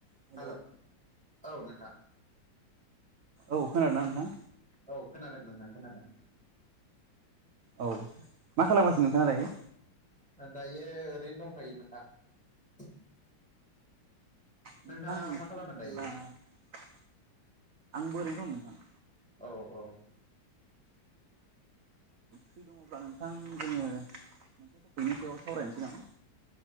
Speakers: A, on the right; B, in the centre.
A: औ
B: हेल' औ नोंथां।
A: औ खोनादोंना नोंथां?
B: औ खोनादों नोंथां खोनादों।
A: औ मा खालामगाासनो नोंथाङा दायो?
B: दायो ओरैनो दंखायोमोन नोंथां।
A: नोंथां
B: नोंथाङा
A: एस्रि
B: मा खालामदों
A: दंब्ला
B: दायो
A: <unintelligible> आंबो ओरैनो दं नोंथां।
B: औ औ
A: फ्रि दङब्ला नोंथां जोङो मोनसे टपिकनि सायाव सावरायनोसै नामा?